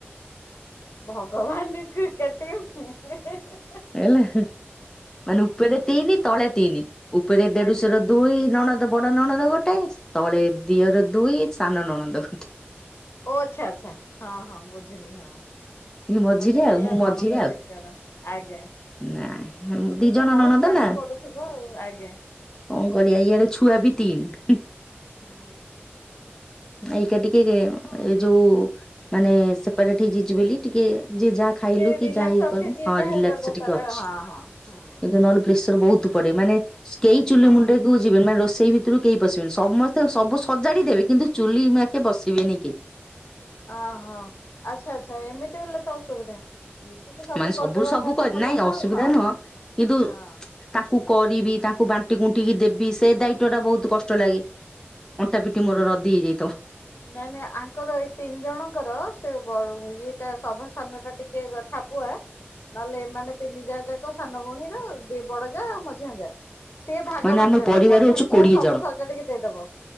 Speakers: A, on the left; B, on the left.
A: ଭଗବାନ କ୍ରିକେଟ ଟିମ୍ ହେ - ହେ - ହେ ।
B: ହେଲା ମାନେ ଉପେରେ ତିନି ତଳେ ତିନି। ଉପରେ ଦେଢୁଶର
A: ଆଜ୍ଞା
B: ଦୁଇ ନଣ ବଡ ନଣଦ ଗୋଟେ, ତଳେ ଦିଅର ଦୁଇ ସାନ ନଣଦ ଗୋଟେ।
A: ଓ ଆଚ୍ଛା ଆଚ୍ଛା। ହଁ- ହଁ ବୁଝିଲି ହଁ
B: ମଝିରେ
A: ମତେ ଲାଗିଲା
B: ଆଉ ମୁଁ
A: ନଣନ୍ଦ
B: ମଝିରେ ଆଉ
A: ତିନି ଜଣ। ସେତେବେଳେ
B: ନା ଦି ଜଣ
A: ତ ବହୁତ
B: ନଣନ୍ଦ
A: କାମ
B: ନା
A: ପଡୁଥିବ ଆଉ ।
B: କଣ କରିବା ଇଆଡେ ଛୁଆ ବି ତିନି।
A: ହୁଁ।
B: ଏଇକା ଟିକେ ଉଁ
A: କଣ
B: ଏ ଯୋଉ ମାନେ ସେପାରେଟ ହେଇଯାଇଛି ବୋଲି ଟିକେ ଯେ ଯାହା
A: ଟିକେ
B: ଖାଇଲୁ କି
A: ରିଲାକ୍ସ
B: ଯାହା ଇଏ
A: ଅଛି
B: କଲୁ,
A: ଯିଏ
B: ହଁ
A: ଯାହା
B: ରିଲାକ୍ସ
A: ବ୍ୟବସ୍ଥାରେ
B: ଟିକେ ଅଛି।
A: ହଁ ହଁ ହଁ
B: କିନ୍ତୁ ନହେଲେ
A: ହଁ
B: ପ୍ରେସର ବହୁତୁ ପଡେ ମାନେ କେଇ
A: ଓହୋ
B: ଚୁଲି ମୁଣ୍ଡେ କୁ ଯିବେନି ମାନେ ରୋଷ ଷେଇ ଭିତିରୁ କେହି ପଶିବେନି ସମସ୍ତେ ସବୁ ସଜାଡି ଦେବେ କିନ୍ତୁ ଚୁଲି ମାଖେ ବସିବେନି କେହି।
A: ଆହୋ ଆଚ୍ଛା ଆଚ୍ଛା ଏମିତି ହେଲେ ତ ଅସୁବିଧା। ମିଶିକି
B: ମାନେ ସବୁ
A: କରିଦବା
B: ସବୁ
A: ତା
B: କରି
A: ହେଲେ ଭଲ
B: ନାଇଁ ଅସୁବିଧା
A: ନା ଆଉ ହଁ
B: ନୁହଁ କିନ୍ତୁ
A: ହଁ
B: ତାଙ୍କୁ କରିବି ତାଙ୍କୁ ବାଣ୍ଟି କୁଣ୍ଟିକି ଦେବି ସେ ତେ ଦାୟିତ୍ଵ ଟା ବହୁତ
A: ହୁଁ
B: କଷ୍ଟ ଲାଗେ।
A: ହୁଁ
B: ଅଣ୍ଟା ପିଠି ମୋର ରଦି ହେଇଯାଇଥାଉ।
A: ନାଇଁ ନାଇଁ ଆଙ୍କର ଏଇ ତିନି ଜଣଙ୍କର ସେ ବ ଉଁ ଇଏଟା ସଭା ସାନ ଟା ଟିକେ ଗ ଠାପୁଆ। ନହେଲେ ଏମାନେ ତିନି ଯା ଯାକ ସାନ ଭଉଣୀର ଦି ବଡ଼ ଯା ଆଉ ମଝିଆ ଯା। ସିଏ ଭାଗ
B: ମାନେ
A: ବାଣ୍ଟିଦେବେ
B: ଆମ ପରିବାର
A: ମଝିଆଣି
B: ହଉଛି କୋଡିଏ
A: ଯା ସବୁ
B: ଜଣ
A: ସଜାଡିକି ଦେଇଦବ।